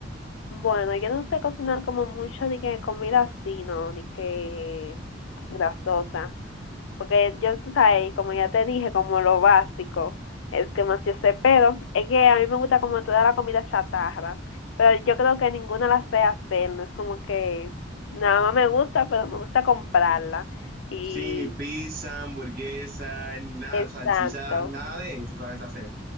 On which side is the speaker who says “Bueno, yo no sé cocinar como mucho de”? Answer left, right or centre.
Left